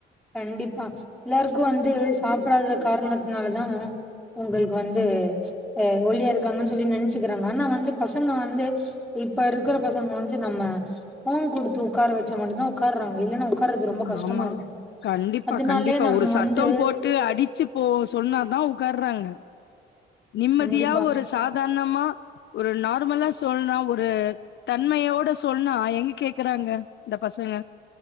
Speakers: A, in the centre; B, on the left.
A: கண்டிப்பா எல்லாருக்கு வந்து சாப்பிடாத காரணத்னாலதா உங்களுக்கு வந்து ஆ ஒல்லியா இருக்காங்கன் சொல்லி நென்ச்சுக்குறாங்க ஆனா வந்து பசங்க வந்து இப்ப இருக்குற பசங்க வந்து நம்ம ஃபோன் குடுத்து உக்கார வெச்சா மட்டுதா உக்காற்றாங்க இல்லனா உக்காறது ரொம்ப கஷ்டமா
B: ஆமா
A: இருக்கு
B: கண்டிப்பா
A: அதனாலே
B: கண்டிப்பா
A: நம்ம
B: ஒரு சத்தோ
A: வந்து
B: போட் டு அடிச்சி போ சொன்னதா உக்காற்றாங்க நிம்மதியா
A: கண்டிப்பா
B: ஒரு சா தார்ணமா ஒரு நார்மலா சொன்னா ஒரு தன்மையோட சொன்னா எங்க கேக்கறாங்க இந்த பசங்க